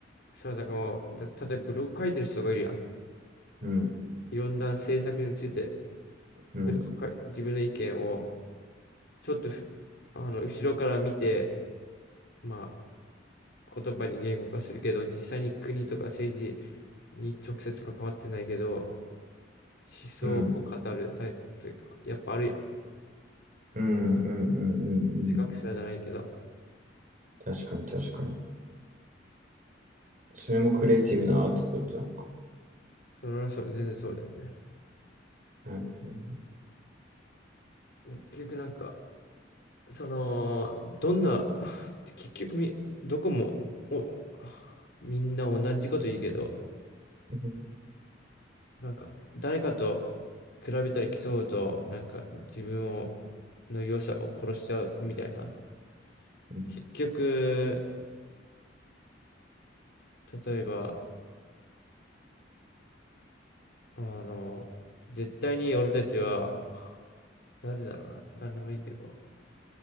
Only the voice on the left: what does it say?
さ、だからもう、だ例えばブログ書いてる人がいるやん。
いろんな政策について。
普段か自分の意見をちょっとふあの後ろから見て、まあ、言葉に言語化するけど、実際に国とか政治に直接関わってないけど、思想を語るタイプってやっぱあるやん。
哲学者じゃないけど、
それはそう、全然そうだよね。
結局なんか、その、どんな、<laughs> 結局み、どこもおみんな同じこと言うけど、
なんか、誰かと比べたり競うと、なんか自分を、の良さを殺しちゃうみたいな。
結局、例えば、あの、絶対に俺たちは、誰だろうな、何でもいいけど、